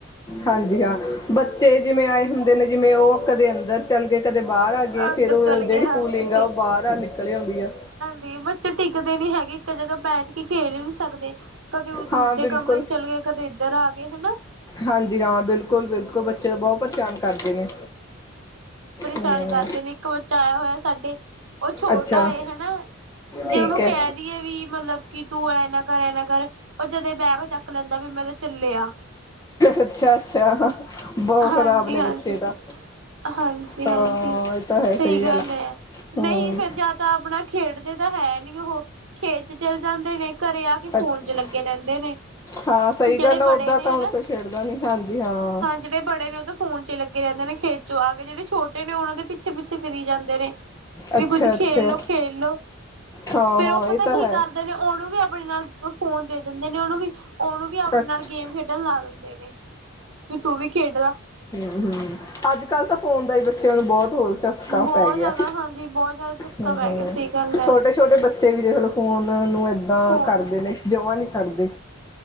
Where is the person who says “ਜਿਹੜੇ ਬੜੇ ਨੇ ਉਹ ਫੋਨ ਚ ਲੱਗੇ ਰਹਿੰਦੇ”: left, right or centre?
Right